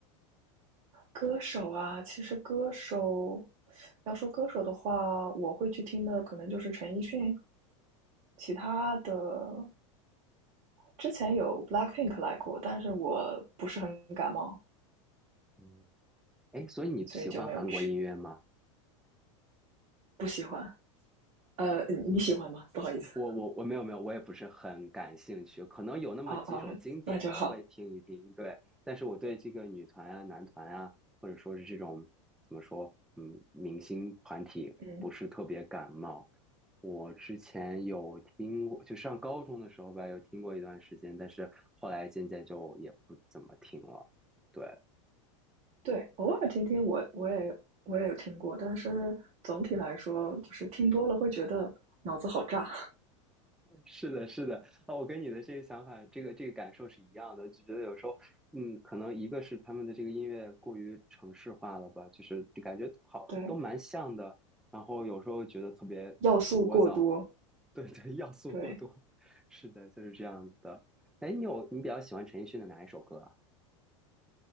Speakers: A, on the right; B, in the centre.
A: 歌手啊，其实歌手，要说歌手的话，我会去听的可能就是陈奕迅，其他的之前有 BLACKPINK 来过，但是我不是很感冒，
B: 嗯，哎，所以你喜欢韩国音乐吗？
A: 所以就没有去，不喜欢。呃，你喜欢吗？不好意思，
B: 我我我没有没有，我也不是很感兴趣，可能有那么几首经典的会听一听，
A: 啊啊，那就好。
B: 对。但是我对这个女团啊、男团啊，或者说是这种怎么说，嗯，明星团体不是特别感冒。
A: 嗯，
B: 我之前有听过，就上高中的时候吧，有听过一段时间，但是后来渐渐就也不怎么听了。对，
A: 对，偶尔听听我，我也我也有听过，但是总体来说，就是听多了会觉得脑子好炸，
B: 是的，是的，啊，我跟你的这个想法，这个这个感受是一样的，就觉得有时候，嗯，可能一个是他们的这个音乐过于城市化了吧，就是感觉好都蛮像的，
A: <laughs> 对，
B: 然后有时候觉得特别聒噪，
A: 要素过多，
B: <laughs> 对对，要素过多，
A: 对
B: <laughs> 是的，就是这样子的。哎，你有你比较喜欢陈奕迅的哪一首歌啊？